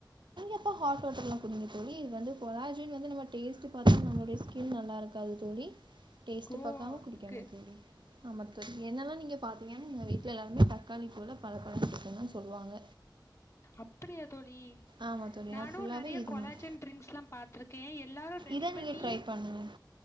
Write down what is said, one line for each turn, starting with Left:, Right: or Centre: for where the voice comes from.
Right: அப்ப ஹாட் வாட்டர்ல குடிங்க தோழி இது வந்து கொலாஜின் வந்து நம்ம டேஸ்டு பாத்து நம்மளோட ஸ்கின் நல்லா இருக்காது தோழி டேஸ்ட்டு
Left: ஓ
Right: பாக்காம
Left: அதுக்கு
Right: குடிக்கணு தோழி ஆமா தோழி என்னல்லா நீங்க பாத்தீங்கன்னா எங்க வீட்ல எல்லாருமே த தக்காளி போலா பல பலனு இருக்குனு தா சொல்லுவாங்க
Left: அப்டியா தோழி
Right: ஆமாம் தோழி
Left: நானு
Right: நான் ஃபுல்லாகவே
Left: நெறைய
Right: இது
Left: கொலாஜின்
Right: மாதிரி
Left: டிரிங்க்ஸ்ல்லா பாத்திருக்கே எத் எல்லாரு ரெடி
Right: இதை
Left: பண்ணி
Right: நீங்கள் ட்ரை பண்ணுங்கள்